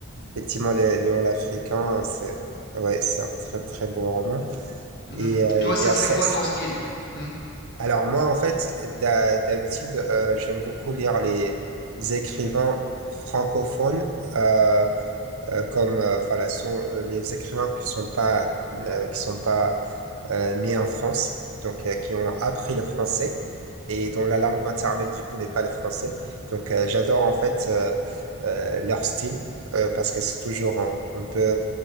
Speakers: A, on the right; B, on the left.
A: Effectivement, les Léon l'Africain, c'est ouais, c'est un très très beau roman.
B: Mhm.
A: Et euh,
B: Toi,
A: il
B: ça
A: y a
B: serait
A: ça.
B: quoi ton style? Mhm,
A: Alors moi, en fait, d'ha- d'habitude, euh, j'aime beaucoup lire les écrivains francophones. euh, euh, comme euh, enfin, la son- euh, les écrivains qui sont pas euh, qui sont pas euh, nés en France, donc euh, qui ont appris le français et dont la langue maternelle du coup n'est pas le français. Donc euh, j'adore en fait euh, euh, leur style euh, parce que c'est toujours un, un peu